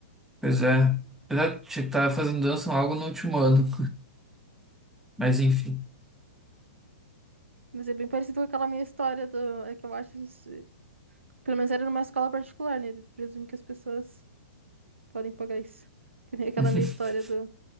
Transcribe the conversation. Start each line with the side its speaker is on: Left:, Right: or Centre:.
Centre: Pois é, pois é, tinha que estar fazendo dança logo no último ano. Mas enfim.
Right: Mas é bem parecido com aquela minha história do... É que eu acho... isso- Pelo menos era numa escola particular, né? Eu Presumo que as pessoas podem pagar isso. Que nem aquela
Centre: <laughs>
Right: minha história do...